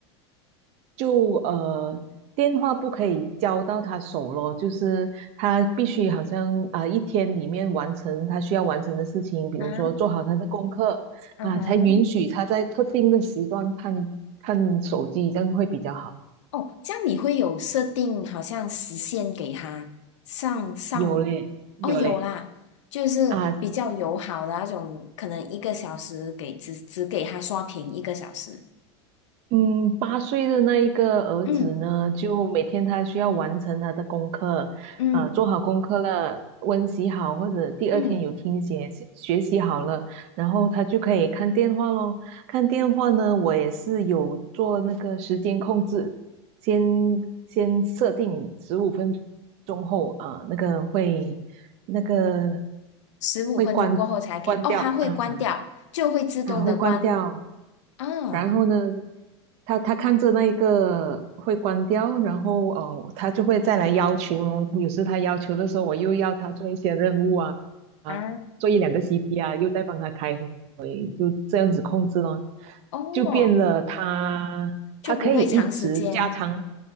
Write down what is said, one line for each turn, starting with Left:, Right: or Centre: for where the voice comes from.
Right: 就呃，电话不可以交到他手咯，就是他必须好像啊、一天里面完成他需要完成的事情，比如说做好他的功课啊，
Left: 啊，啊哈。
Right: 才允许他在特定的时段看看手机，这样会比较好。
Left: 哦，这样你会有设定，好像时限给他上上，
Right: 有嘞，有嘞。
Left: 哦，有啦，就是比较友好的那种，
Right: 啊。
Left: 可能一个小时给只只给他刷屏一个小时，
Right: 嗯，八岁的那一个儿子呢，
Left: 嗯
Right: 就每天他需要完成他的功课，
Left: 嗯
Right: 啊、做好功课了，温习好，或者第二天有听写学学习好了，
Left: 嗯，
Right: 然后他就可以看电话咯。看电话呢，我也是有做那个时间控制，先先设定十五分钟后啊、那个会那个
Left: 十五分钟过后才可以，
Right: 会关关掉啊
Left: 哦，它会关掉，就会自动的关
Right: 啊、会关掉。
Left: 啊
Right: 然后呢，他他看着那一个会关掉，然后哦，呃他就会再来要求咯。有时他要求的时候，我又要他做一些任务啊，啊，
Left: 啊
Right: 做一两个 CT 啊，又在帮他开会这样子控制咯，
Left: 哦，
Right: 就变了他他可以一直加长，
Left: 就不会长时间，